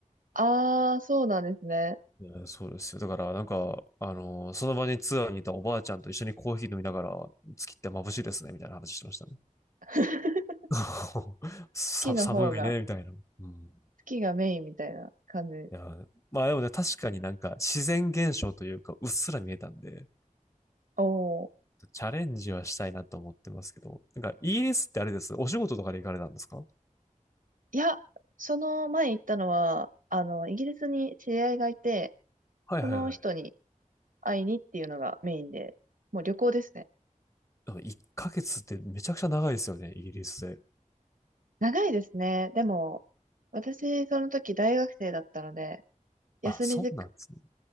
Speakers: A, on the right; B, on the left.
A: ああ、そうなんですね。
B: うそうですよ。だから、なんか、あの、その場にツアーにいたおばあちゃんと一緒にコーヒー飲みながら、月って眩しいですね、みたいな話してましたね。
A: <laughs>
B: <laughs> さ、
A: 月の方が、
B: 寒いね、みたいな。うん。
A: 月がメインみたいな感じ。
B: いや、まあでもね、確かになんか自然現象というか、うっすら見えたんで、
A: おお。
B: チャレンジはしたいなと思ってますけど、なんかイギリスってあれです。お仕事とかで行かれたんですか
A: いや、その前行ったのは、あの、イギリスに知り合いがいて、
B: はいはいはい。
A: その人に会いにっていうのがメインで、もう旅行ですね。
B: なか1ヶ月ってめちゃくちゃ長いですよね、イギリスで。
A: 長いですね。でも、私、その時大学生だったので、休みづく、
B: あ、そうなんですね。